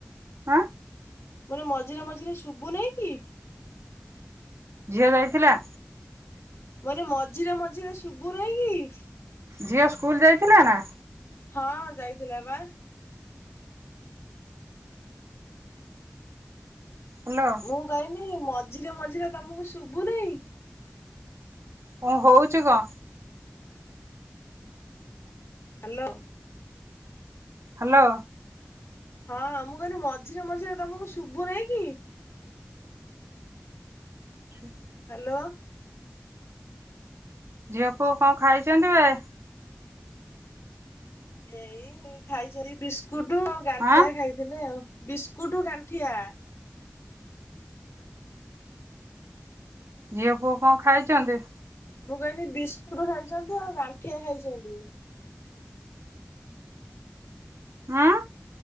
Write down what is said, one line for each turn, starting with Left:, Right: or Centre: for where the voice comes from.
Right: ଆଁ
Left: ମୁଁ କହିଲି ମଝିରେ ମଝିରେ ଶୁଭୁନେଇଁ କି?
Right: ଝିଅ ଯାଇଥିଲା?
Left: ମାନେ ମଝିରେ ମଝିରେ ଶୁଭୁନାଇଁ କି?
Right: ଝିଅ ସ୍କୁଲ୍ ଯାଇଥିଲା ନା?
Left: ହଁ ଯାଇଥିଲା ବା।
Right: ହ୍ୟାଲୋ।
Left: ମୁଁ କଇନି ମଝିରେ ମଝିରେ ତମକୁ ଶୁଭୁନେଇ।
Right: କଣ ହଉଚୁ କ?
Left: ହ୍ୟାଲୋ।
Right: ହାଲୋ।
Left: ହଁ ମୁଁ କହିନି ମଝିରେ ମଝିରେ ତମକୁ ଶୁଭୁନେଇଁ କି?
Right: ଛୁ
Left: ଲୋ
Right: ଝିଅ ପୁଅ କଁ ଖାଇଛନ୍ତି ବେ?
Left: ଏଇ ଖାଇଛରି ବିସ୍କୁଟୁ ଆଉ ଗାଣ୍ଠିଆ
Right: ଆଁ
Left: ଖାଇ ଥିଲେ ଆଉ ବିସ୍କୁଟୁ ଗାଣ୍ଠିଆ।
Right: ଝିଅ ପୁଅ କଣ ଖାଇଛନ୍ତି?
Left: ମୁଁ କହିନି ବିସ୍କୁଟୁ ଖାଇଛନ୍ତି ଆଉ ଗାଣ୍ଠିଆ ଖାଇଛନ୍ତି।
Right: ହୁଁ